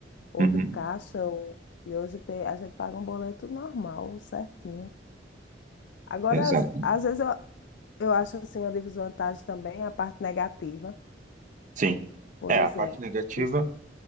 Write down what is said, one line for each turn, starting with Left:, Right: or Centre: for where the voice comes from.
Left: ou
Right: uhum,
Left: de caixa, ou... e hoje tem, a gente paga um boleto normal, certinho. Agora,
Right: exato.
Left: às, às vezes, eu, eu acho assim uma desvantagem também a parte negativa.
Right: Sim.
Left: Por
Right: É, a
Left: exemplo,
Right: parte negativa,
Left: os-